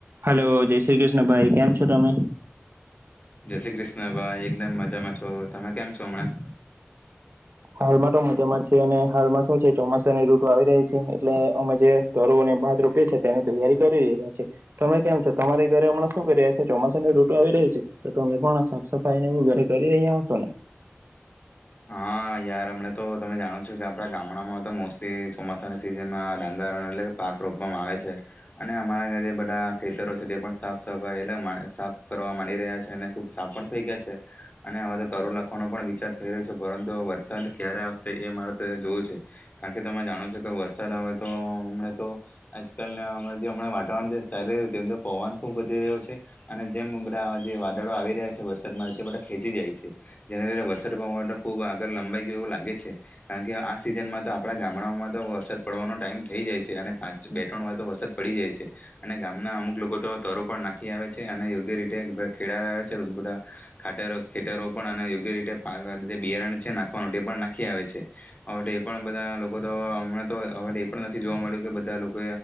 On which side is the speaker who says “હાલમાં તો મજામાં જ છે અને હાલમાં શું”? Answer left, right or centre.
Right